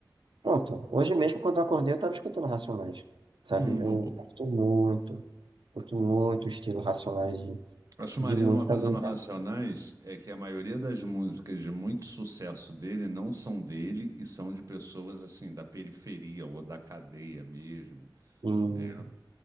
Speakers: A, on the right; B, on the right.
A: Pronto, hoje mesmo quando eu acordei eu tava escutando Racionais, sabe?
B: Hum,
A: Eu
B: boa.
A: curto muito, curto muito o estilo Racionais de,
B: Acho
A: de
B: maneiro
A: música
B: uma coisa
A: do
B: no
A: Zé.
B: Racionais é que a maioria das músicas de muito sucesso dele não são dele e são de pessoas assim da periferia ou da cadeia mesmo,
A: Assim,
B: né?